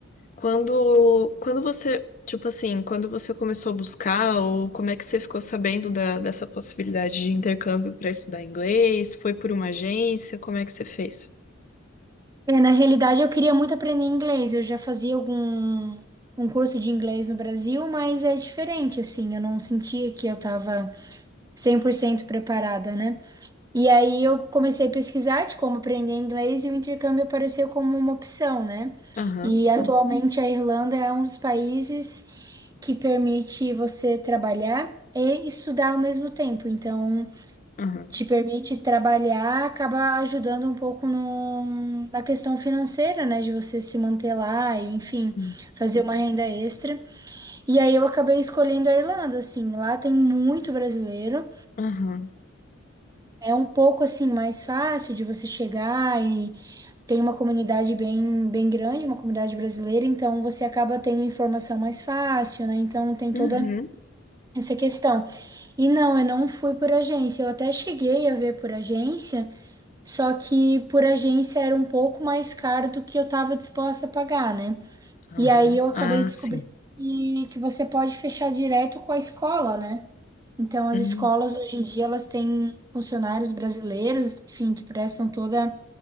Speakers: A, on the left; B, on the right.
A: Quando, quando você, tipo assim, quando você começou a buscar, ou como é que você ficou sabendo da- dessa possibilidade de intercâmbio para estudar inglês? Foi por uma agência? Como é que você fez?
B: É, na realidade, eu queria muito aprender inglês. Eu já fazia algum um curso de inglês no Brasil, mas é diferente, assim. Eu não sentia que eu estava 100% preparada, né? E aí eu comecei a pesquisar de como aprender inglês e o intercâmbio apareceu como uma opção, né?
A: Aham,
B: E Uhum. atualmente a Irlanda é um dos países que permite você trabalhar e estudar ao mesmo tempo. Então,
A: aham.
B: te permite trabalhar, acaba ajudando um pouco no- na questão financeira, né? De você se manter lá e, enfim,
A: Sim.
B: fazer uma renda extra. E aí eu acabei escolhendo a Irlanda, assim, lá tem muito brasileiro.
A: Aham,
B: É um pouco assim mais fácil de você chegar e tem uma comunidade bem, bem grande, uma comunidade brasileira, então você acaba tendo informação mais fácil, né? Então tem
A: Uhum,
B: toda essa questão. E não, eu não fui por agência, eu até cheguei a ver por agência, só que por agência era um pouco mais caro do que eu estava disposta a pagar, né?
A: aham.
B: E aí eu acabei
A: Ah,
B: descobrindo
A: sim.
B: que, que você pode fechar direto com a escola, né? Então, as
A: Hum,
B: escolas hoje em dia elas têm funcionários brasileiros, enfim, que prestam toda